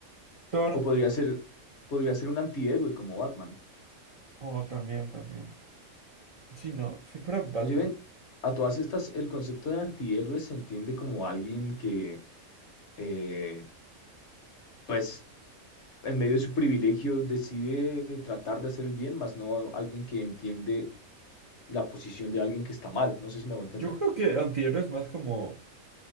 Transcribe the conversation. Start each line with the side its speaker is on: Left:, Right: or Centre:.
Right: Thor,
Left: O podría ser, podría ser un antihéroe como Batman.
Right: oh, también, también. Sí, no, si fuera Batman.
Left: Oye, ven, a todas estas, el concepto de antihéroe se entiende como alguien que, eh, pues, en medio de su privilegio decide tratar de hacer el bien, más no alguien que entiende la posición de alguien que está mal. No sé si me voy a entender.
Right: Yo creo que antihéroe es más como...